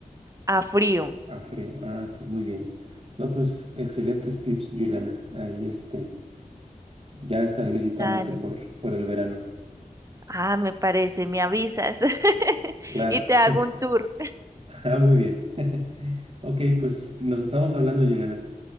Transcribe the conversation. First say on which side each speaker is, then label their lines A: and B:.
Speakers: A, on the right; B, on the right.
A: a frío.
B: A frío. Ah, pues muy bien. No, pues excelentes tips, Juliana. Ahí este, ya estaré visitándote
A: Dale.
B: por, por el verano.
A: Ah, me parece, me avisas <laughs>
B: Claro.
A: y te hago
B: <laughs>
A: un tour.
B: Ah, muy bien. <laughs> Ok, pues nos estamos hablando, Juliana.